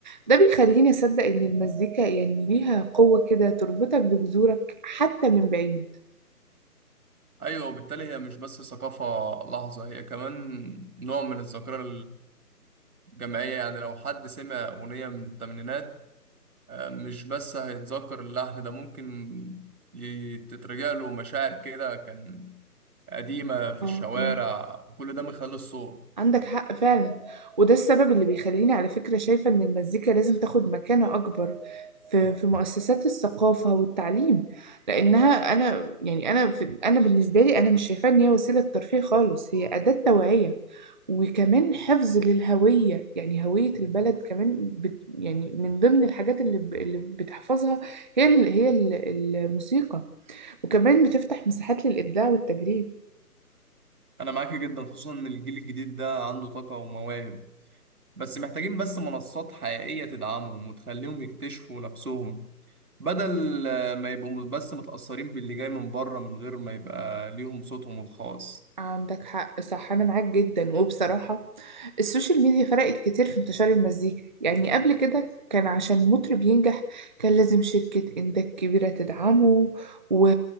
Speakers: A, on the right; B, on the right.
A: ده بيخليني اصدق ان المزيكا يعني ليها قوة كده تربطك بجذورك حتى من بعيد
B: أيوة وبالتالي هي مش بس ثقافة لحظة هي كمان نوع من الذاكرة الجماعية يعني لو حد سمع أغنية من الثمانينات آه مش بس هيتذكر اللحن ده ممكن ي- تترجع له مشاعر كده كان قديمة في
A: اه
B: الشوارع
A: اه
B: وكل ده من خلال الصوت
A: عندك حق فعلا وده السبب اللي بيخليني على فكرة شايفة إن المزيكا لازم تاخد مكانة أكبر في في مؤسسات الثقافة والتعليم لأنها أنا يعني أنا في أنا بالنسبة لي أنا مش شايفاها إن هي وسيلة ترفيه خالص هي أداة توعية وكمان حفظ للهوية يعني هوية البلد كمان بت يعني من ضمن الحاجات اللي, ب اللي بتحفظها هي ال هي ال الموسيقى وكمان بتفتح مساحات للإبداع والتجريب
B: انا معاك جدا خصوصا ان الجيل الجديد ده عنده طاقة ومواهب بس محتاجين بس منصات حقيقية تدعمهم وتخليهم يكتشفوا نفسهم بدل آه، ما يبقوا بس متأثرين باللي جاي من بره من غير ما يبقى ليهم صوتهم الخاص
A: عندك حق صح أنا معاك جدا وبصراحة السوشيال ميديا فرقت كتير في انتشار المزيكا يعني قبل كده كان عشان مطرب ينجح كان لازم شركة إنتاج كبيرة تدعمه و...